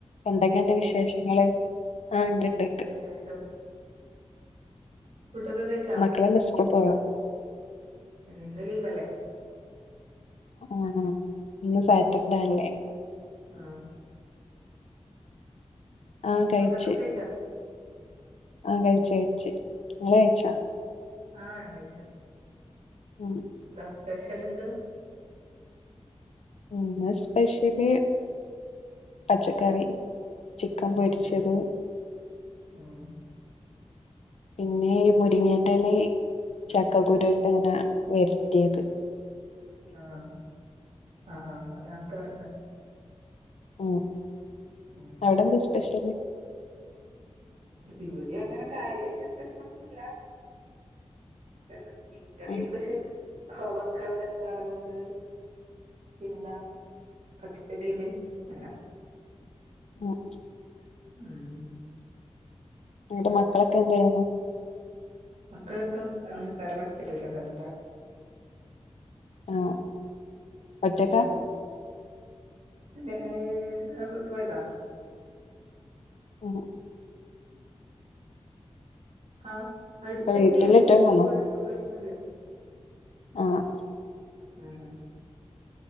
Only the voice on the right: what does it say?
ശേഷം ഫുഡ് ഒക്കെ കഴി
ഇന്ന് ലീവല്ലേ
ആഹ
ഫുഡൊക്കെ കഴിച്ചാ
ആ ഞാൻ കഴിച്ചു
എന്താ സ്പെഷ്യൽ എന്ത്
ഉം ഉം
ആഹ ആ ആ അതാ കേറുന്നേ
ഉം
ഇവിടെ അങ്ങനെ കാര്യായിട്ട് സ്പെഷ്യൽ ഒന്നുല്ല <unintelligible> മീൻ ങ്കറിണ്ട്
കോവക്ക വറവുണ്ട് പിന്നെന്താ പച്ചക്കടിണ്ട് അന
ഉം
മക്കളൊക്കെ അങ്ങ് തറവാട്ടി പോയിട്ടുള്ളത്
ആഹ <unintelligible> പോയതാ
ആഹ് അടുത്തന്നെയാ
അന്നുകൊണ്ട്
പോയിട്ട് പ്രശ്ന ഇല്ല
ഉം ഉ